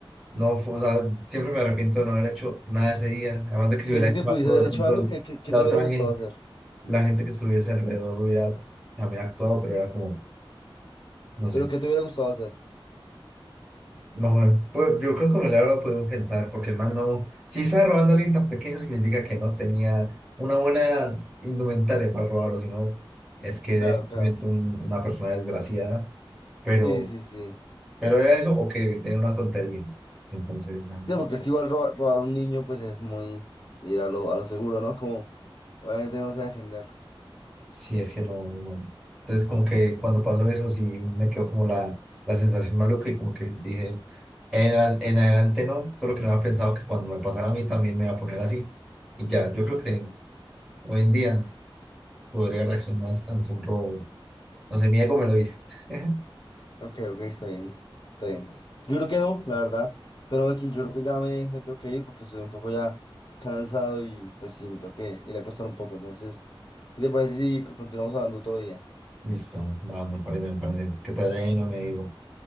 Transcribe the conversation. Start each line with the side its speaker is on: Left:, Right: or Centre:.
Centre: No, fue- o sea, siempre me arrepiento de no haber hecho nada ese día. Además de que si
Left: ¿Sientes
Centre: hubiera hecho
Left: que pudiste
Centre: algo,
Left: haber
Centre: de
Left: hecho
Centre: pronto
Left: algo que, que, que
Centre: la
Left: te
Centre: otra
Left: hubiera gustado
Centre: gente,
Left: hacer?
Centre: la gente que estuviese alrededor hubiera también actuado, pero era como, no sé.
Left: ¿Pero que te hubiera gustado hacer?
Centre: No, pues yo creo que me la lo podido enfrentar, porque el man no, si estaba robando a alguien tan pequeño, significa que no tenía una buena indumentaria para robarlo, sino es que eres
Left: Claro,
Centre: simplemente
Left: claro.
Centre: un- una persona desgraciada, pero.
Left: Sí, sí, sí.
Centre: Pero era eso o que tenía una tontería. Entonces, nada,
Left: Sí, porque si igual robar, robar a un niño, pues es muy ir a lo, a lo seguro, ¿no? Como obviamente no se va a defender.
Centre: si es que no, no. Entonces, como que cuando pasó eso, sí me quedó como la, la sensación maluca y como que dije, en, a- en adelante no, solo que no había pensado que cuando me pasara a mí también me iba a poner así. Y ya, yo creo que hoy en día podría reaccionar ante un robo. No sé, mi ego me lo dice. <laughs>
Left: Ok, ok, está bien, está bien. Yo creo que no, la verdad. Pero aquí yo creo que ya me, me tengo que ir porque estoy un poco ya cansado y pues sí, me tengo que ir a acostar un poco. Entonces, ¿qué te parece si continuamos hablando otro día?
Centre: Listo, va, me parece, me parece. ¿Qué tal? ahí? No me digo.